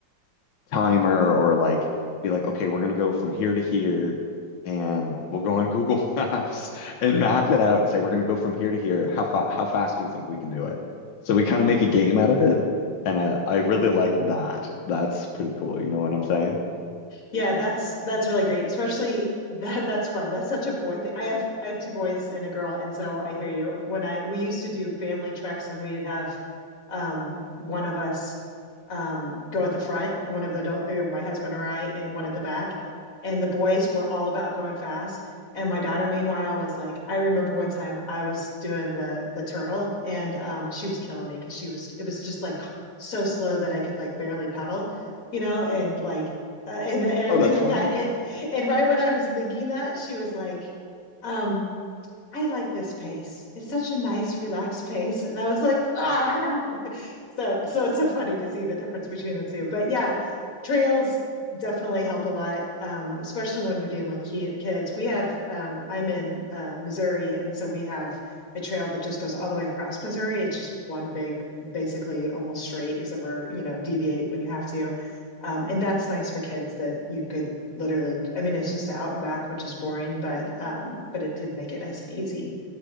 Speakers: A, on the left; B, on the left.
A: timer or like be like, okay, we're gonna go from here to here and we'll go on Google <laughs> Maps and map it out and say we're gonna go from here to here. How fa how fast do you think we can do it? So we kind of make a game out of it. And I, I really like that. That's pretty cool. You know what I'm saying?
B: Yeah, that's that's really great. Especially that that's fun. That's such a boy thing. I have I have two boys and a girl, and so I hear you. When I we used to do family treks and we'd have um one of us um go at the front and one of the adult or my husband or I and one at the back. And the boys were all about going fast. And my daughter, meanwhile, was like, I remember one time I was doing the the turtle and um she was killing me because she was it was just like so slow that I could like barely pedal, you know, and like uh, and, and everything
A: Oh, that's
B: like
A: funny.
B: that. And, and right when I was thinking that, she was like, um, I like this pace. It's such a nice, relaxed pace. And I was like, ah. <laughs> So, so it's so funny to see the difference between the two. But yeah, trails definitely help a lot, um, especially when you're dealing with ki kids. We have, um, I'm in uh, Missouri, and so we have a trail that just goes all the way across Missouri. It's just one big, basically almost straight, except for, you know, deviate when you have to. Um, and that's nice for kids that you could literally i mean it's just the out and back which is boring but um but it did make it nice and easy